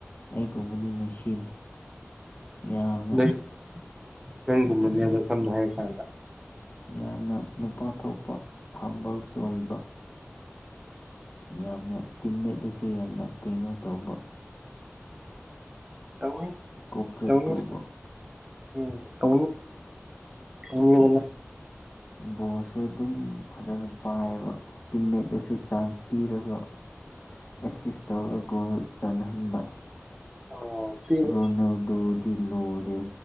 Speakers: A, on the left; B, on the right.
A: ꯑꯩꯒꯨꯝꯕꯅꯤ ꯃꯦꯁꯤꯅꯤ ꯌꯥꯝꯅ
B: ꯅꯪ ꯅꯪꯒꯨꯝꯕꯅꯦꯕ ꯁꯝꯅ ꯍꯥꯏꯔ ꯀꯥꯟꯗ
A: ꯌꯥꯝꯅ ꯅꯨꯄꯥ ꯊꯣꯛꯄ ꯍꯝꯕꯜꯁꯨ ꯑꯣꯏꯕ ꯌꯥꯝꯅ ꯇꯤꯝꯃꯦꯠꯇꯁꯨ ꯌꯥꯝꯅ ꯀꯩꯅꯣ ꯇꯧꯕ
B: ꯇꯕꯨꯣꯏ
A: ꯀꯣꯑꯣꯄꯔꯦꯠ
B: ꯇꯧ
A: ꯇꯧꯕ
B: ꯎꯝ ꯇꯧ ꯇꯧ
A: ꯕꯣꯁ ꯑꯗꯨꯝ ꯐꯖꯅ ꯄꯥꯏꯌꯦꯕ ꯇꯤꯝꯃꯦꯠꯇꯁꯨ ꯆꯥꯟꯁ ꯄꯤꯔꯒ ꯑꯦꯁꯤꯁ ꯇꯧꯔ ꯒꯣꯜ ꯆꯥꯟꯍꯟꯕ
B: ꯑꯥ ꯄꯤꯅꯤ
A: ꯔꯣꯅꯣꯗꯣꯗꯤ ꯂꯔꯦ